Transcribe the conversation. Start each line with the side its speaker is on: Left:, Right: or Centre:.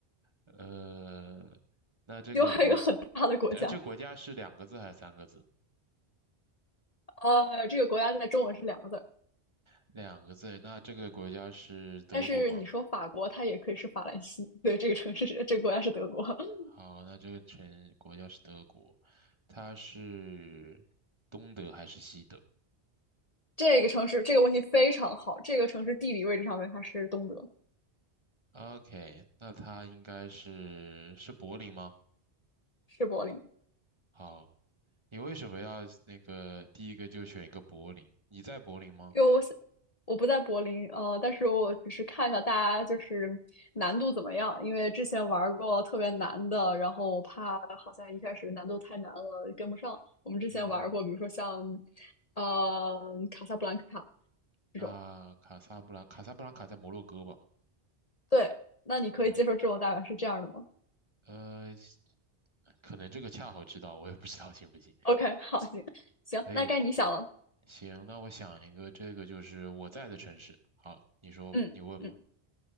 Right: 呃，那这个国，
Left: 另还有一个很大的国家，
Right: 哎，这个国家是两个字还是三个字？
Left: 呃，这个国家在中文是两个字儿，
Right: 两个字。那这个国家是德国吗？
Left: 但是你说法国，它也可以是法兰西。对，这个城市是这个国家是德国，<laughs>
Right: 好，那这个城国家是德国，它是东德还是西德
Left: 这个城市这个问题非常好，这个城市地理位置上面它是东德，
Right: ？OK，那它应该是是柏林吗？
Left: 是柏林。
Right: 好。你为什么要那个第一个就选一个柏林？你在柏林吗？
Left: 因为我想我不在柏林，呃，但是我只是看一下大家就是难度怎么样，因为之前玩过特别难的，然后我怕好像一开始难度太难了跟不上。我们之前玩过，
Right: 嗯，
Left: 比如说像呃卡萨布兰卡
Right: 那卡萨布兰，
Left: 这种，
Right: 卡萨布兰卡在摩洛哥吧？
Left: 对，那你可以接受这种大概是这样的吗
Right: 啊，呃，可能这个恰好知道，我也不知道行不行。
Left: ？OK，<laughs> 好，行行，
Right: 可以，
Left: 那该你想了，
Right: 行，那我想一个，这个就是我在的城市。好，你说吧，
Left: 嗯嗯，
Right: 你问吧。